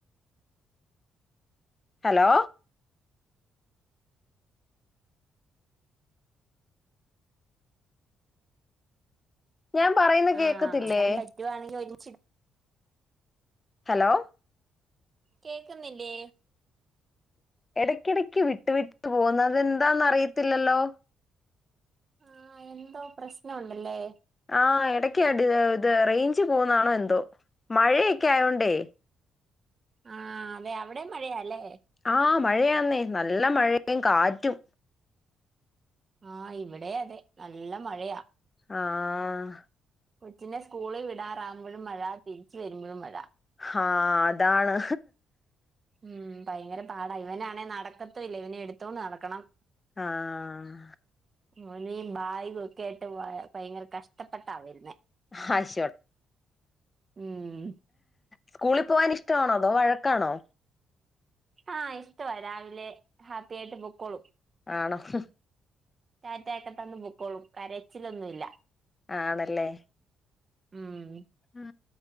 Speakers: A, on the left; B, on the right.
A: ഹലോ ഞാൻ പറയുന്ന കേക്കത്തില്ലേ
B: ആഹ് ഞാൻ പറ്റുവാണെങ്കിൽ ഒരു
A: ഹലോ
B: കേക്കുന്നില്ലേ
A: ഇടക്കിടക്ക് വിട്ട് വിട്ട് പോകുന്നത എന്താന്ന അറിയത്തില്ലല്ലോ
B: ആഹ് എന്തോ പ്രശ്നുണ്ടല്ലേ
A: ആഹ് എടക്ക് ഇത് റേഞ്ച് പോകുന്നാണോ എന്തോ മഴയൊക്കെ ആയോണ്ടേ
B: ആഹ് അതെ അവിടെ മഴയാല്ലേ
A: ആഹ് മഴയാന്നേ നല്ല മഴയും കാറ്റും
B: ആഹ് ഇവിടെ അതെ നല്ല മഴയാ
A: ആഹ്
B: കൊച്ചിനേ സ്കൂളിൽ വിടാറാകുമ്പോഴും മഴ തിരിച്ചു വരുമ്പോഴും മഴ
A: ആഹ് അതാണ്
B: ഉം ഭയങ്കര പാടാ ഇവനാണെങ്ക നടക്കത്തല്ല ഇവനെ എടുത്തോണ്ട് നടക്കണം
A: ആഹ്
B: ഓനീ ബായ്ഗ് ഒക്കെ ഇട്ട് വയ ഭയങ്കര കഷ്ടപ്പെട്ട വരുന്നെ
A: ഹശോട
B: ഉം
A: സ്കൂളിൽ പോവാൻ ഇഷ്ടവാണോ അതോ വഴ ക്കാണോ
B: ആഹ് ഇഷ്ടവാ രാവിലെ ഹാപ്പി ആയിട്ട് പൊക്കോളും
A: ആണോ ഹ്
B: ടാറ്റയൊക്കെ തന്ന് പൊക്കോളും കരച്ചിലൊന്നുമില്ല
A: ആണല്ലേ
B: ഉം
A: മ്